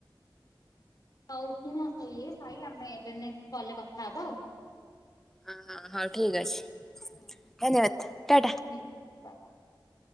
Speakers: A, on the left; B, in the centre.
A: ହଉ ଶୁଣ ସଇ ସାଇ ଆମେ ଏବେ ନେକଷ୍ଟ କଲ୍ ରେ କଥା ହବା ଆଉ।
B: ହ ହଁ ହଁ ଠିକ୍ ଅଛି।
A: ହୁଁ
B: ଧନ୍ୟବାଦ ଟାଟା।
A: ହୁଁ। <unintelligible>